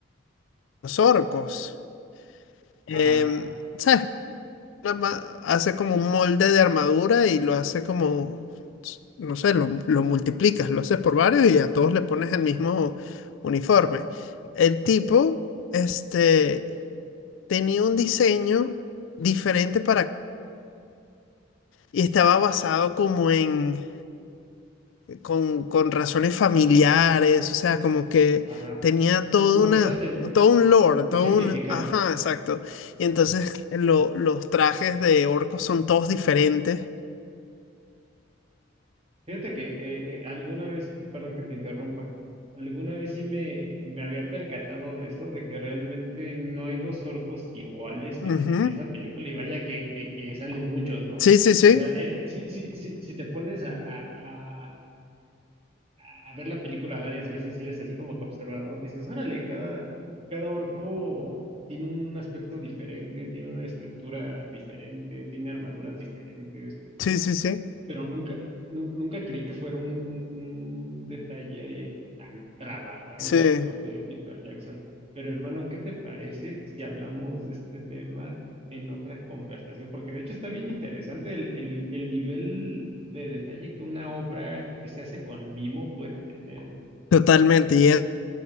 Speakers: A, on the left; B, on the right.
A: los orcos, em,
B: Ajá,
A: ¿sabes? La ma- Hace como un molde de armadura y lo hace como, no sé, lo, lo multiplicas, lo haces por varios y a todos le pones el mismo uniforme. El tipo, este... tenía un diseño diferente para... Y estaba basado como en... con, con razones familiares, o sea, como que
B: ajá.
A: tenía todo
B: Como
A: una...
B: que todo tiene
A: Todo un lore,
B: un
A: todo
B: significado.
A: un... Ajá, exacto. Y entonces lo- los trajes de orcos son todos diferentes.
B: Fíjate que eh, eh, alguna vez, perdón que te interrumpa, alguna vez sí me, me había percatado de eso, de que realmente no hay dos orcos iguales
A: Ujú.
B: en, en esa película, y vaya que, que, que salen muchos, ¿no?
A: Sí, sí, sí.
B: O sea, eh, sí, sí, sí, si te pones a, a- a- a ver la película varias veces y eres así como que observador, dices, órale, cada, cada orco tiene un aspecto diferente, tiene una estructura diferente, tiene armaduras diferentes.
A: Sí, sí, sí.
B: Pero nunca, nu- nunca creí que fuera un, un- un detalle tan trabajado
A: Sí,
B: por parte de Peter Jackson. Pero hermano, ¿qué te parece si hablamos de este tema en otra conversación? Porque de hecho está bien interesante el, el- el nivel de detalle que una obra que se hace con mimo puede tener.
A: totalmente. Y es